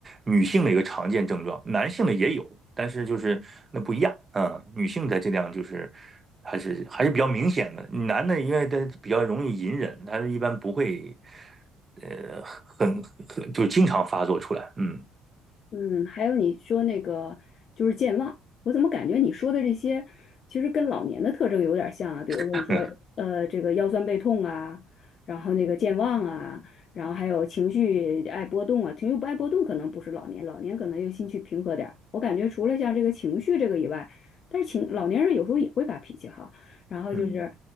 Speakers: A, on the right; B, on the left.
A: 女性的一个常见症状，男性的也有，但是就是那不一样，嗯，女性在这样就是还是还是比较明显的，男的因为他比较容易隐忍，他一般不会呃很很就经常发作出来，嗯
B: 嗯，还有你说那个就是健忘，我怎么感觉你说的这些其实跟老年的特征有点像啊？比如说你说呃这个腰酸背痛啊，
A: <laughs>
B: 然后那个健忘啊，然后还有情绪爱波动啊，情绪不爱波动可能不是老年，老年可能又心绪平和点儿。我感觉除了像这个情绪这个以外，但是情老年人有时候也会发脾气哈，然后就是。
A: 嗯。